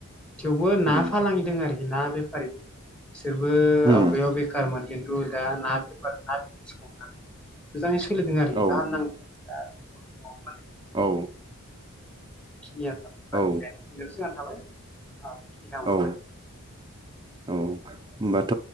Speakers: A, in the centre; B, on the right (about 20°).
A: थेवबो ना
B: उम
A: फालांगि दोंङो आरो ना बेफारि बिसोरबो
B: होम
A: आवगायाव बेखारमोन खिन्थु दा ना बेफार ना बिजनेस हमनानै मोजाङै सोलिदों आरो
B: औ
A: गाहामनां <inaudible>
B: औ।
A: बेखिनियानो थाबाय
B: औ
A: बाखि गायनो फैनोसो आं थाबाय <unintelligible> न <unintelligible>
B: औ औ, होमबाथ'